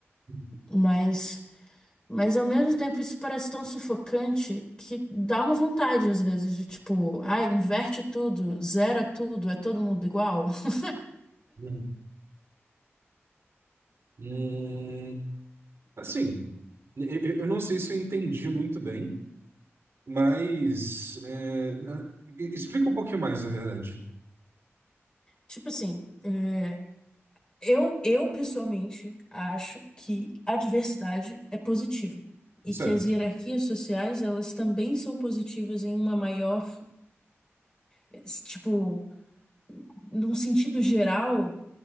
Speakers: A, on the right (about 65°); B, on the left (about 20°).
A: uhum,
B: Mas, mas ao mesmo tempo isso parece tão sufocante que dá uma vontade, às vezes, de tipo, ah, inverte tudo, zera tudo, é todo mundo igual. <laughs>
A: uhum. Hum, assim, eu, eu eu não sei se eu entendi muito bem. Mas é, e- explica um pouquinho mais, na verdade.
B: Tipo assim. é, Eu, eu pessoalmente acho que a diversidade é positiva e
A: Certo,
B: que as hierarquias sociais elas também são positivas em uma maior, es- tipo, num sentido geral,